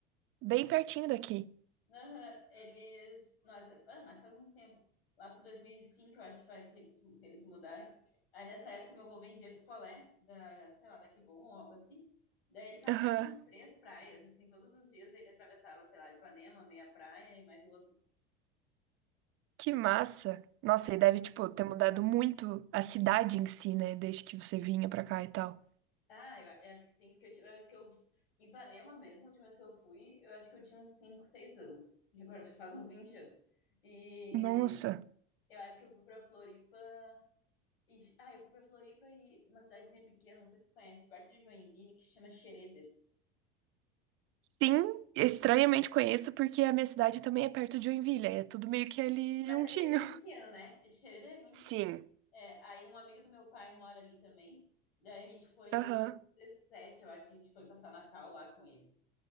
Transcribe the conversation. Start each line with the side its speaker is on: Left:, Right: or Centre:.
Right: Bem pertinho daqui.
Left: Aham, eles. Nossa, ah, mas faz muito tempo. Lá por 2005, eu acho foi que eles, que eles se mudaram. Aí nessa época, meu avô vendia picolé, da, sei lá, da Kibon ou algo assim. Daí ele caminhava
Right: Aham.
Left: umas três praias, assim, todos os dias ele atravessava, sei lá, Ipanema, meia praia e mais outra.
Right: Que massa. Nossa, e deve, tipo, ter mudado muito a cidade em si, né? Desde que você vinha pra cá e tal.
Left: Ah, eu, eu acho que sim, porque a última vez que eu. Em Ipanema mesmo, a última vez que eu fui, eu acho que eu tinha uns 5, 6 anos. E agora já faz uns 20 anos. E
Right: Nossa.
Left: eu acho que eu fui pra Floripa. E- ah, eu fui pra Floripa e uma cidadezinha pequena, não sei se você conhece, perto de Joinville, que se chama Xereder.
Right: Sim, estranhamente conheço porque a minha cidade também é perto de Joinville, é tudo meio que ali
Left: Mas
Right: juntinho.
Left: ali é bem pequeno, né? Xereder é muito.
Right: Sim.
Left: é, aí um amigo do meu pai mora ali também. Daí a gente foi em
Right: Aham.
Left: 2017, eu acho, a gente foi passar Natal lá com ele.